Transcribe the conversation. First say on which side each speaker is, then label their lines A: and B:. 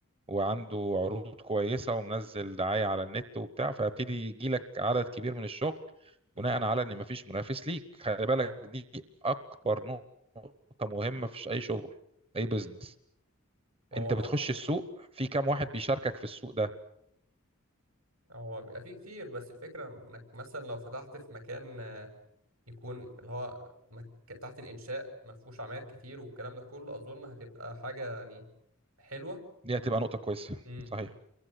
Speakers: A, on the right (about 25°); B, on the right (about 80°).
A: وعنده عروض كويسه ومنزل دعايه على النت وبتاع فيبتدي يجي لك عدد كبير من الشغل
B: امم
A: بناء على ان مفيش منافس ليك خلي بالك
B: اه
A: دي اكبر نقطه مهمه في اي شغل اي بزنس
B: مم. هو
A: انت
B: هو
A: بتخش السوق في كام واحد بيشاركك في السوق ده
B: هو بيبقى فيه كتير بس الفكرة انك مثلا لو فتحت في مكان آه، يكون اللي هو مك... تحت الإنشاء ما فيهوش عماير كتير والكلام ده كله أظن هتبقى حاجة يعني حلوة
A: دي هتبقى نقطة كويسة
B: امم
A: صحيح